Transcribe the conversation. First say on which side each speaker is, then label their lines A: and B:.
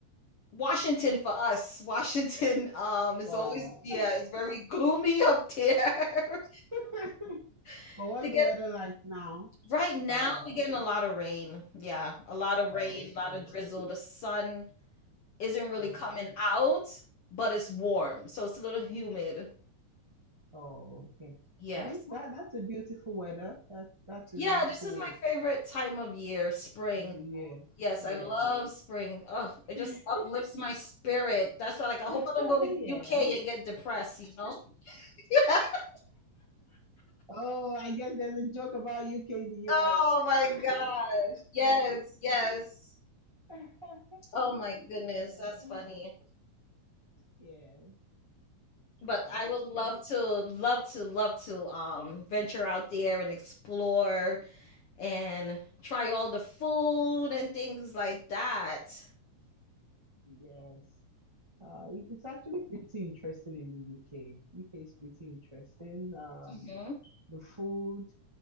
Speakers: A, on the left; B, on the right.
A: Washington for us. Washington um is
B: wow.
A: always yeah, it's very gloomy up there.
B: <laughs>
A: <laughs>
B: but what's
A: They get
B: the weather like now?
A: right now
B: Uh,
A: we're getting a lot of rain. Yeah, a lot
B: oh,
A: of rain, a lot
B: okay.
A: of drizzle. The sun isn't really
B: Okay.
A: coming out, but it's warm, so it's a little humid.
B: Oh, okay.
A: Yes.
B: I think that that's a beautiful weather. That's that's
A: Yeah,
B: a really
A: this
B: cool
A: is my
B: weather
A: favorite time of year, spring.
B: of the
A: Yes,
B: year.
A: I love spring. Oh, it
B: Yeah.
A: just uplifts my spirit. That's why, like, I
B: <laughs>
A: hope I don't go to
B: yeah.
A: UK and get depressed, you know? <laughs>
B: Oh, I guess there's a joke about UK the
A: Oh
B: US.
A: my gosh. Yes, yes.
B: <laughs>
A: Oh my goodness,
B: Uh,
A: that's funny.
B: yeah.
A: But
B: Wow,
A: I
B: that's
A: would love
B: good.
A: to, love to, love to um venture out there and explore and try all the food and things like that.
B: Yes. Uh, it- it's actually pretty interesting in the UK. UK is pretty interesting. Um,
A: hmm
B: the food,